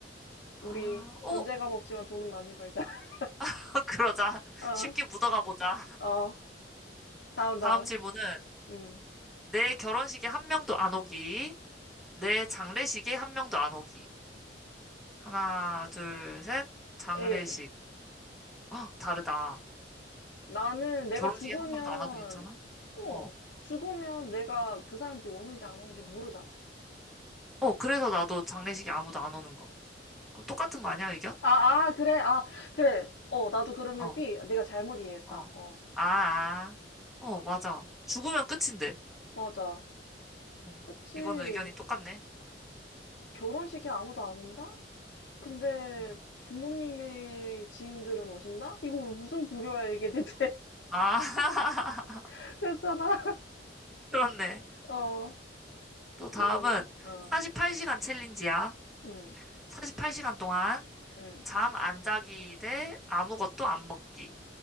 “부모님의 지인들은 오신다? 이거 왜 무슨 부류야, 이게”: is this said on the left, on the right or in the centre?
Left